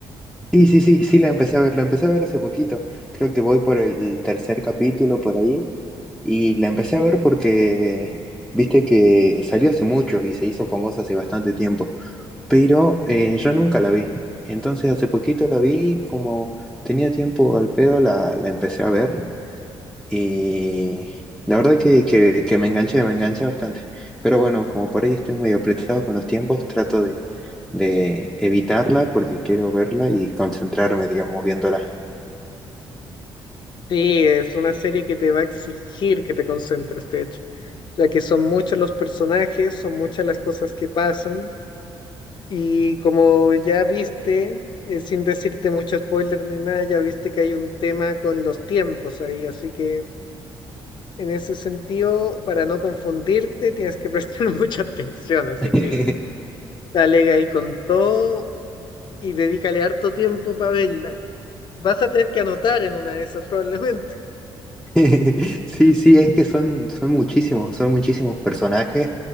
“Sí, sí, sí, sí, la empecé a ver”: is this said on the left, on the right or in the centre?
Centre